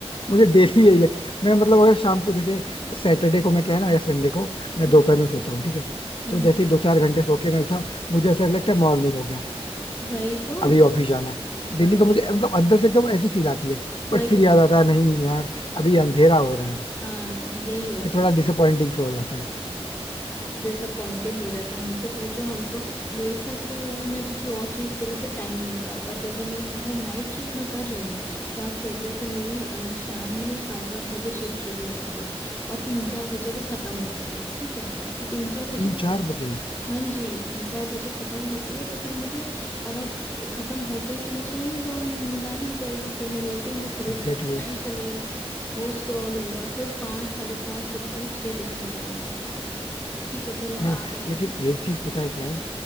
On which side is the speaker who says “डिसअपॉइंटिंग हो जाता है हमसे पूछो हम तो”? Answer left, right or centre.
Left